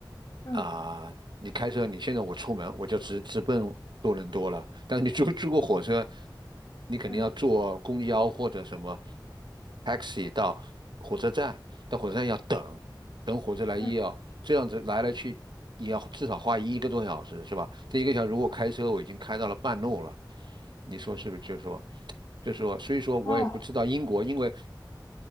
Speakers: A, on the left (about 50°); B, on the right (about 65°).
A: 嗯
B: 啊、你开车，你现在我出门我就直直奔多伦多了，但你坐坐过火车，你肯定要坐公交或者什么
A: 嗯
B: taxi 到火车站，到火车站要等，等火车来也要这样子来来去也要至少花一个多小时，
A: 嗯
B: 是吧？这一个小时如果开车，我已经开到了半路了，你说是不是？就是说，就是说，所以说我也不知道英国，
A: 啊
B: 因为